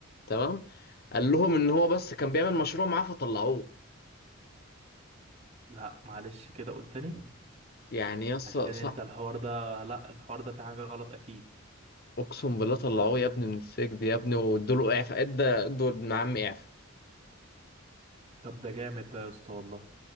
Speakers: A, on the left; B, on the right.
A: تمام قال لهم ان هو بس كان بيعمل مشروع معاه فطلعوه
B: لا معلش كده قلت تاني
A: يعني يا اسطى
B: عشان
A: صح
B: أنت الحوار ده لا الحوار ده في حاجة غلط أكيد
A: اقسم بالله طلعوه يا ابني من السجن يا ابني وادوله اعفاء ادى ادوا ابن عم اعفاء
B: طب ده جامد ده يا اسطى والله